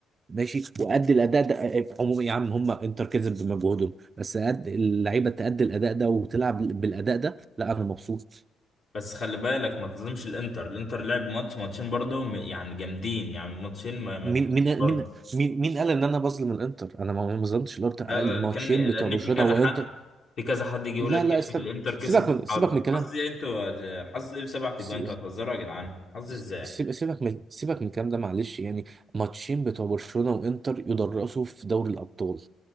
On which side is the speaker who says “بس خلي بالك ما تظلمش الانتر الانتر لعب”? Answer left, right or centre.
Left